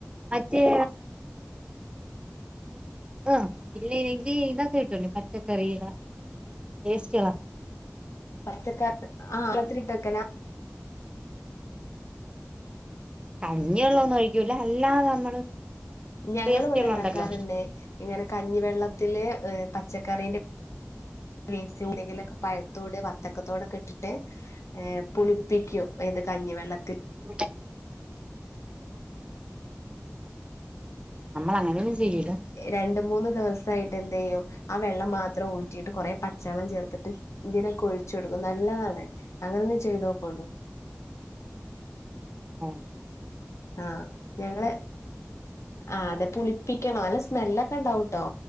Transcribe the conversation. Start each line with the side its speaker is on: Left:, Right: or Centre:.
Right: മറ്റേ ആഹ് ഇല്ലീലേങ്കി ഇതൊക്കെ കിട്ടോല്ലോ പച്ചക്കറിയില വേസ്റ്റ്കളൊക്കെ
Left: പച്ചക്കറി ആ വെള്ളത്തിലിട്ട് വെക്കല
Right: കണ്ണിവെള്ളാന്നും ഒഴിക്കൂല അല്ലാതെ നമ്മള്
Left: ഞങ്ങൾ
Right: വേസ്റ്റുകളുണ്ടല്ലോ
Left: ഇവിടെ ഉണ്ടാക്കാറുണ്ട് ഇങ്ങനെ കഞ്ഞിവെള്ളത്തില് പച്ചക്കറീന്റെ വെ വേസി എന്ധെങ്കിലൊക്കെ പഴത്തോട് വത്തക്കത്തോടൊക്കെ ഇട്ടിട്ട് ഏ പുളിപ്പിക്കും ഏത് കഞ്ഞിവെള്ള.
Right: <unintelligible> <inaudible> നമ്മൾ അങ്ങനെയൊന്നും ചെയുല്ല..
Left: രണ്ട മൂന്ന് ദിവസ ആയിട്ട് എന്ത് ചെയ്യും ആ വെള്ളം മാത്രം ഊറ്റിയിട്ട് കുറെ പച്ചവെള്ളം ചേർത്തിട്ട്.. ഇതിനൊക്കെ ഒഴിച്ചു കൊടുക്കും നല്ലതാണ് അങ്ങനെ ഒന്ന് ചെയ്തു നോക്കോണ്ടു.
Right: ഉം
Left: ആഹ ഞങ്ങള് ആ അതെ പുളിപ്പിക്കണം നല്ല സ്മെല്ലൊക്കെ ഉണ്ടാവുട്ടോ.